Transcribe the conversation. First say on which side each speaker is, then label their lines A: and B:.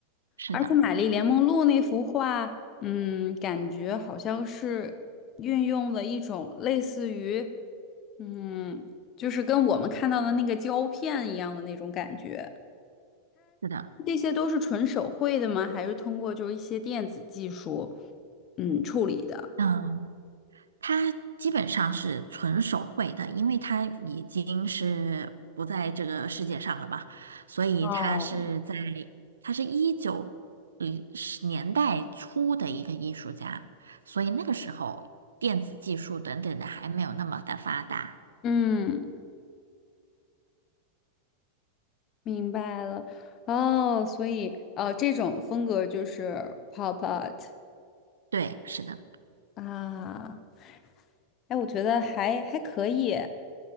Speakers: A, on the right (about 70°); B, on the left (about 35°).
A: 是的，
B: 而且《玛丽莲梦露》那幅画，嗯，感觉好像是运用了一种类似于，嗯，就是跟我们看到的那个胶片一样的那种感觉。
A: 是的，
B: 这些都是纯手绘的吗？还是通过就是一些电子技术，嗯，处理的？
A: 嗯，它基本上是纯手绘的，因为它已经是不在这个世界上了嘛，所以它是在，
B: 哦，
A: 它是一九年代初的一个艺术家，所以那个时候电子技术等等的还没有那么的发达。
B: 嗯，明白了。哦，所以呃，这种风格就是 pop art
A: 对，是的，
B: 啊。哎，我觉得还还可以。